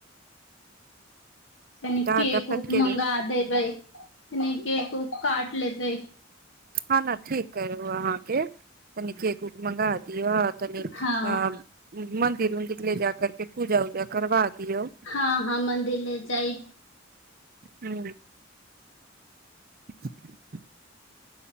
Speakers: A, on the left; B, on the right.
A: कनि
B: दाँत
A: केक
B: दपत
A: उक
B: के
A: मंगा देबै कनि केक उक काट लेतै
B: हँ ने ठीक करू अहाँ के तनि केक उक मंगा दे दि तनी
A: हँ
B: आ मंदिर उंदिर ले जा करके पूजा उजा करबा दियौ
A: हँ हँ मन्दिर ले जाइ
B: हू <unintelligible>